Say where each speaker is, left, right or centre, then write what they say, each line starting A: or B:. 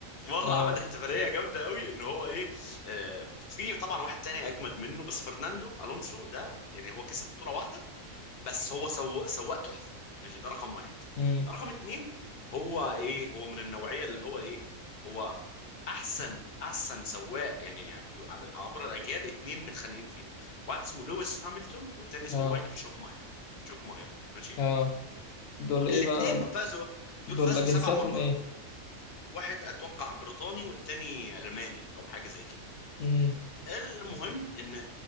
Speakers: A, on the left; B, on the left.
A: مره
B: اه
A: عمل احتفاليه جامده قوي ان هو ايه آه في طبعا واحد تاني اجمد منه بس فرناندو الونسو ده يعني هو كسب بطوله واحده بس هو سو... سواق تحفه ماشي ده رقم واحد
B: امم
A: رقم اتنين هو ايه هو من النوعيه اللي هو ايه هو احسن احسن سواق يعني بي- على- عبر الاجيال اتنين متخانقين فيهم واحد اسمه لويس هامilton والتاني اسمه
B: اه
A: مايكل شوكماير شوكماير ماشي
B: اه دول
A: م-
B: ايه
A: الاتنين
B: بقى
A: فازوا
B: دول
A: دول فازوا
B: جنسياتهم
A: سبع مرات
B: ايه
A: واحد اتوقع بريطاني والتاني الماني او حاجه زي كده
B: امم
A: المهم ان